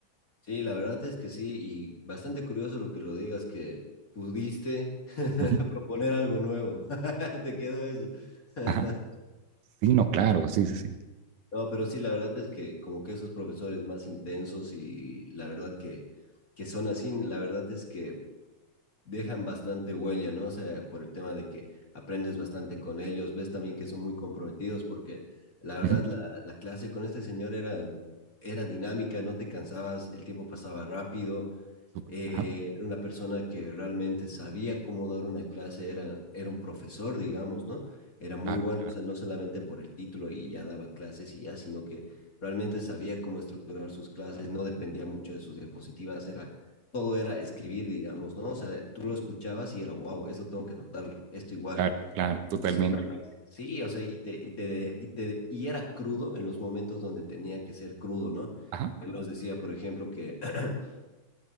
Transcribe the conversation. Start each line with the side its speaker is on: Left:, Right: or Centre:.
Left: Sí, la verdad es que sí, y bastante curioso lo que lo digas, que pudiste <laughs>
Right: Ujú,
Left: proponer algo nuevo. <laughs> Te quedó eso. <laughs>
Right: Ajá, sí, no, claro, sí, sí, sí.
Left: No, pero sí, la verdad es que como que esos profesores más intensos y la verdad que, que son así, la verdad es que dejan bastante huella, ¿no? O sea, por el tema de que aprendes bastante con ellos, ves también que son muy comprometidos porque la verdad
Right: Ujú,
Left: la, la clase con este señor era, era dinámica, no te cansabas, el tiempo pasaba rápido
Right: súper,
Left: Eh,
Right: Ajá,
Left: era una persona que realmente sabía cómo dar una clase, era, era un profesor, digamos, ¿no? Era muy
Right: claro,
Left: bueno,
Right: claro,
Left: o sea, no solamente por el título y ya daba clases y ya, sino que realmente sabía cómo estructurar sus clases, no dependía mucho de sus diapositivas, era, todo era escribir, digamos, ¿no? O sea, tú lo escuchabas y era, wow, esto tengo que anotarlo, esto igual.
Right: claro, claro,
Left: Entonces,
Right: totalmente.
Left: Totalmente. sí, o sea, y te, y te, y te, y era crudo en los momentos donde tenía que ser crudo, ¿no?
Right: Ajá,
Left: Él nos decía, por ejemplo, que <clears throat>